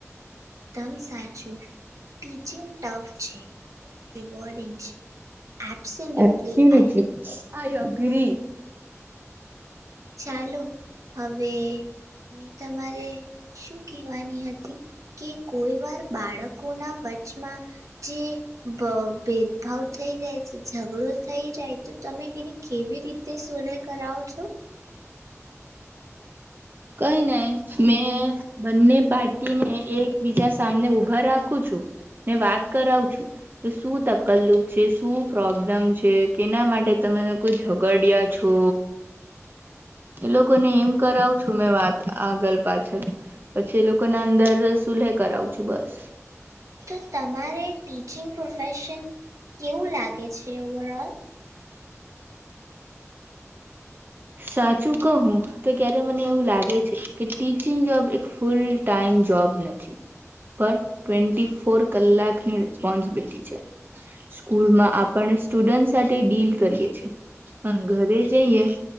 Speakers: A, on the right; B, on the right.
A: દમ સાચું ટીચિંગ ટફ છે પણ રિવોર્ડિંગ છે એબ્સલ્યુટલી
B: એબ્સોલ્યુટલી
A: આ
B: આઈ અગ્રી
A: ચાલો હવે મે તમારે શું કહેવાની હતી કે કોઈ વાર બાળકો ના વ છમાં જી ભેદભાવ થઈ જાય છે, ઝઘડો થઈ જાય તો તમે એને કેવી રીતે સોલા કરાવો છો?
B: કઈ નહી મેં બંને પાર્ટીને એકબીજા સામને ઉઊભા રાખું છું. ને વાત કરાવ છું કે શું તકલુફ છે, શું પ્રોબ્લમ છે કેના માટે તમે કોઈ ઝગડ્યા છો? એ લોકોને એમ કરાવ છું મેં વાત આગળ પાછળ પછી એ લોકોને અંદર સુલેહ કરાવું છું. બસ
A: તો તમારે ટીચિંગ પ્રોફેશન કેવું લાગે છે ઓવરઓલ?
B: સાચું કહું તો ક્યારે મને એવું લાગે છે, કે ટીચિંગ જોબ એક ફૂલ ટાઈમ જોબ નથી પણ ટ્વેન્ટી ફોર કલાકની રિસ્પોન્સિબિલિટી છે. સ્કૂલમાં આપને સ્ટુડન્ટ સાથે ડીલ કરીએ છીએ. ઘરે જઈએ